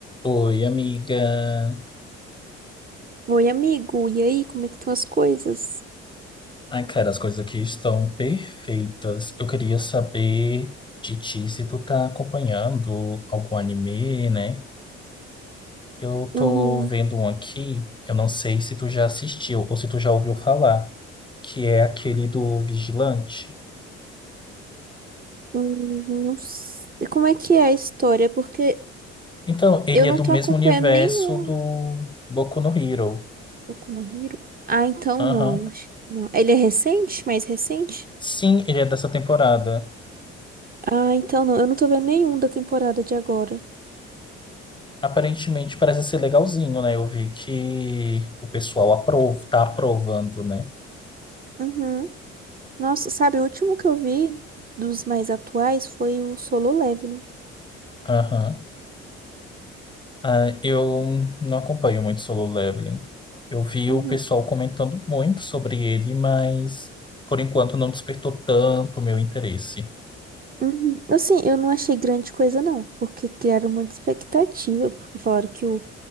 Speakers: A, on the left; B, on the right.
A: Oi, amiga.
B: Oi, amigo. E aí, como é que estão as coisas?
A: Ai, cara, as coisas aqui estão perfeitas. Eu queria saber de ti se tu tá acompanhando algum anime, né? Eu
B: Uhum.
A: tô vendo um aqui, eu não sei se tu já assistiu ou se tu já ouviu falar, que é aquele do Vigilante.
B: Hum, não sei. Como é que é a história? Porque
A: Então, ele
B: eu não
A: é do
B: tô
A: mesmo
B: acompanhando
A: universo
B: nenhum.
A: do Boku no Hero.
B: Boku no Hero? Ah, então
A: Aham.
B: não. Acho que não. Ele é recente? Mais recente?
A: Sim, ele é dessa temporada.
B: Ah, então não. Eu não tô vendo nenhum da temporada de agora.
A: Aparentemente parece ser legalzinho, né? Eu vi que o pessoal aprova, tá aprovando, né?
B: Uhum. Nossa, sabe, o último que eu vi dos mais atuais foi o Solo Leveling.
A: Aham. Ah, eu não acompanho muito Solo Leveling. Eu vi
B: Uhum.
A: o pessoal comentando muito sobre ele, mas por enquanto não despertou tanto o meu interesse.
B: Uhum. Assim, eu não achei grande coisa, não, porque criaram muita expectativa, porque falaram que o